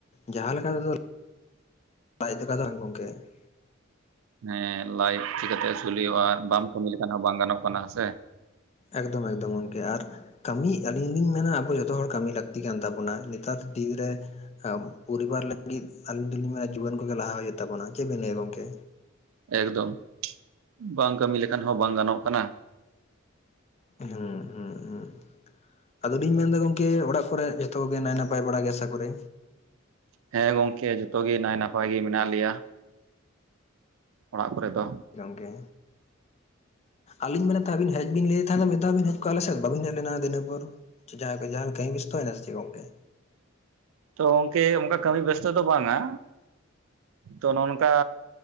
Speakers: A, on the left; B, on the right.
A: ᱡᱟᱦᱟᱸ ᱞᱮᱠᱟ ᱛᱮᱫᱚ ᱞᱟᱡ ᱫᱚᱠᱟ ᱫᱚ ᱜᱚᱢᱠᱮ, <unintelligible>
B: ᱦᱮᱸ ᱞᱟᱤᱵᱷ ᱪᱤᱠᱟᱹᱛᱮ ᱟ. ᱥᱩᱞ ᱦᱩᱭᱩᱜᱼᱟ ᱵᱟᱢ ᱠᱟᱹᱢᱤ ᱞᱮᱠᱷᱟᱱ ᱦᱚᱸ ᱵᱟᱝ ᱜᱟᱱᱚᱜ ᱠᱟᱱᱟ ᱦᱮᱸ ᱥᱮ,
A: ᱮᱠᱫᱚᱢ ᱮᱠᱫᱚᱢ ᱜᱚᱢᱠᱮ ᱟᱨ ᱠᱟᱹᱢᱤ ᱟᱹᱞᱤᱧ ᱞᱤᱧ ᱢᱮᱱᱟ ᱟᱵᱚ ᱡᱚᱛᱚ ᱦᱚᱲ ᱠᱟᱹᱢᱤ ᱞᱟᱹᱠᱛᱤ ᱠᱟᱱ ᱛᱟᱵᱚᱱᱟ ᱱᱮᱛᱟᱨ ᱫᱤᱠ ᱨᱮ, ᱦᱮᱸ ᱯᱚᱨᱤᱵᱟᱨ ᱞᱟᱹᱜᱤᱫ ᱟᱹᱞᱤᱧ ᱫᱚᱞᱤᱧ ᱢᱮᱱᱟ ᱡᱩᱣᱟᱹᱱ ᱠᱚᱜᱮ ᱞᱟᱦᱟ ᱦᱩᱭᱩᱜ ᱛᱟᱵᱚᱱᱟ ᱪᱮᱫ ᱵᱤᱱ ᱞᱟᱹᱭᱟ ᱜᱚᱝᱠᱮ?
B: ᱮᱠᱫᱚᱢ ᱵᱟᱝ ᱠᱟᱹᱢᱤ ᱞᱮᱠᱷᱟᱱ ᱦᱚᱸ ᱵᱟᱝ ᱜᱟᱱᱚᱜ ᱠᱟᱱᱟ, ᱾
A: ᱦᱩᱸ ᱦᱩᱸ ᱦᱩᱸ, ᱟᱫᱚ ᱞᱤᱧ ᱢᱮᱱᱫᱟ ᱜᱚᱝᱠᱮ ᱚᱲᱟᱜ ᱠᱚᱨᱮ ᱡᱷᱚᱛᱚ ᱠᱚᱜᱮ ᱱᱟᱭ ᱱᱟᱯᱟᱭ ᱵᱟᱲᱟ ᱜᱮ ᱟᱥᱟ ᱠᱚᱨᱮ
B: ᱦᱮᱸ ᱜᱚᱝᱠᱮ ᱡᱚᱛᱚ ᱜᱮ ᱱᱟᱭ ᱱᱟᱯᱟᱭ ᱜᱮ ᱢᱮᱱᱟᱜ ᱞᱮᱭᱟ᱾ ᱚᱲᱟᱜ ᱠᱚᱨᱮ ᱫᱚ
A: ᱜᱚᱝᱠᱮ ᱟᱹᱞᱤᱧ ᱢᱮᱱᱮᱫ ᱛᱟᱦᱮ ᱟᱵᱤᱱ ᱦᱮᱡ ᱵᱤᱱ ᱞᱟᱹᱭᱮᱫ ᱛᱟᱦᱮᱱᱟ ᱫᱷᱟ ᱵᱤᱱ ᱦᱮᱡ ᱠᱚᱜᱼᱟ ᱟᱞᱮ ᱥᱮᱫ ᱵᱟᱵᱤᱱ ᱦᱮᱡ ᱞᱮᱱᱟ ᱟᱫᱚ ᱤᱱᱟᱹ ᱯᱚᱨ <unintelligible> ᱡᱟᱦᱟᱸᱭ ᱵᱮᱸᱡᱟᱭ ᱠᱟᱹᱢᱤ ᱵᱮᱥᱛᱚᱭᱮᱱᱟ ᱥᱮ ᱜᱚᱝᱠᱮ?
B: ᱛᱚ ᱜᱚᱝᱠᱮ ᱚᱱᱠᱟ ᱠᱟᱹᱢᱤ ᱵᱮᱥᱛᱚ ᱫᱚ ᱵᱟᱝᱼᱟ᱾ ᱛᱚ ᱱᱚᱜ ᱱᱚᱝᱠᱟ